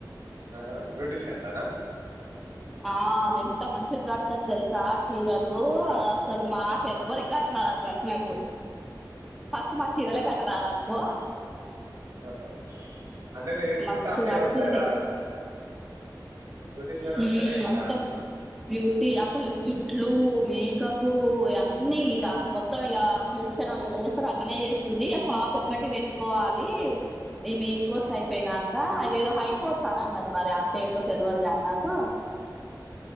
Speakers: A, on the right; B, in the centre.
A: ఆహ బ్యూటిషియన్లోన
B: అమె ఎంత మంచి కడుతది తెలుసా చీరలు అస్సలు మాక్ ఎవరి కాటన్ అలకి కట్టినట్టు ఫస్ట్ మాకు చీరలే కట్టి రాదు అనుకో
A: ఆహా అంటే నేర్చుకుంటే
B: మస్తు
A: అన్ని
B: కడుతుంది
A: వస్తాయి రా బ్యూటీషియన్
B: మ్మ్
A: అంటేనే ఇంకా
B: మొత్తం బ్యూటీ అసలు జుట్లు మేకప్ పు అన్నీ ఇక మొత్తం ఇక బ్యూటీషన్ వాళ్ళు ఇట్లా చేస్తారు అట్నే చేస్తుంది ఇ షాప్ ఒకటి పెట్టుకోవాలి ఈ మేన్ కోర్స్ అయిపోయినాకా అదేదో హై కోర్స్ అని అన్నది మరి అంతే ఏందో తెలవదు నాకు కు